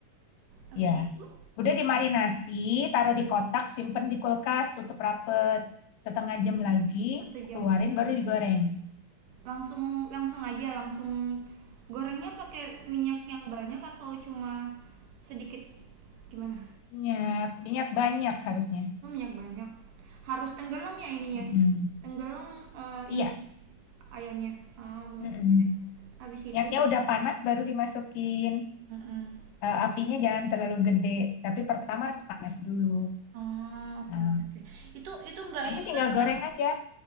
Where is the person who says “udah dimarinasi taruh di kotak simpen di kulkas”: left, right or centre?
Left